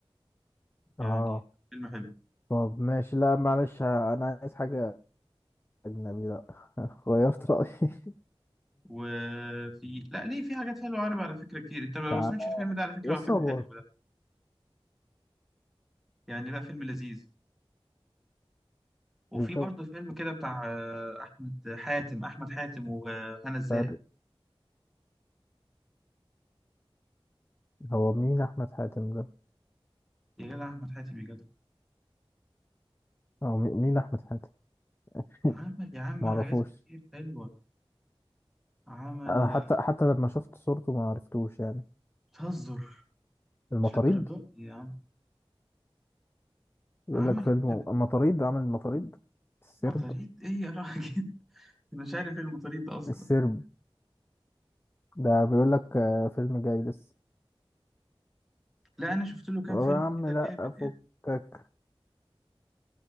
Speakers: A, in the centre; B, on the left (about 25°).
A: يعني
B: اه
A: فيلم حلو
B: طب ماشي لا معلش انا عايز حاجة اجنبي لا <laughs> غيرت رأيي <laughs>
A: وفي لا ليه في حاجات حلوة عربي على فكرة كتير أنت ما
B: تعالى
A: سمعتش الفيلم ده على فكرة
B: يا اسطى
A: هو فيلم
B: هو
A: حلو يعني لا فيلم لذيذ وفي
B: الخبرة
A: برضه فيلم كده بتاع آه، احمد حاتم احمد حاتم وهنا الزاهد
B: فرق هو مين أحمد حاتم ده؟
A: يا جدع احمد حاتم يا جدع
B: هو مي- مين أحمد حاتم؟ <laughs>
A: عمل يا عم
B: معرفوش
A: حاجات كتير حلوه عمل
B: أنا حتى حتى لما شفت صورته ما عرفتوش يعني
A: بتهزر
B: المطاريد
A: مش للدرجات دي يا عم
B: يقول
A: عمل
B: لك فيلم
A: بجد
B: المطاريد عامل المطاريد السرب
A: مطاريد ايه يا راجل <laughs> انا مش عارف ايه المطاريد ده اصلا
B: السرب ده بيقول لك آه، فيلم جاي لسه
A: لا انا شفت له كام
B: هو
A: فيلم
B: يا عم
A: كده
B: لا
A: جامد
B: أفكك
A: يعني